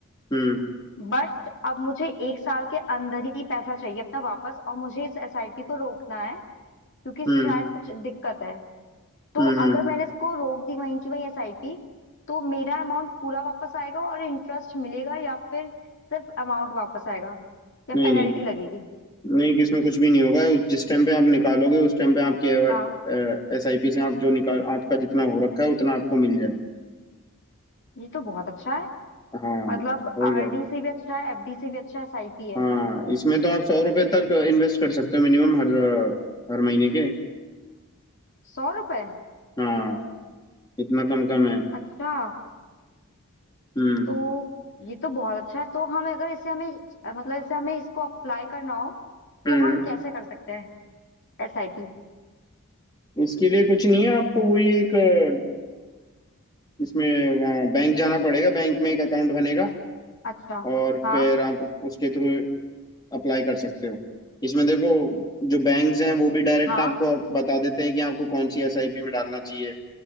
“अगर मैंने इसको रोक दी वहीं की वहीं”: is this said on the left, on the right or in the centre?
Left